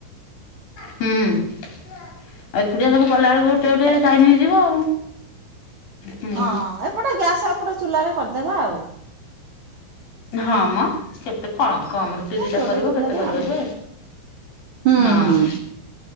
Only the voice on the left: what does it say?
ହୁଁ, ଆଉ ଏକୁଟିଆ ସବୁ କଲାବେେଳକୁ ଗୋଟେ ଗୋଟେ ଟାଇମ ହେଇଯିବ ଆଉ। ହୁଁ।
ହଁ ମ କେତେ କ କମ ର ଟି
ଦିଟା
କରିବ
କେତେ କରିବ
ଯେ
ହଁ।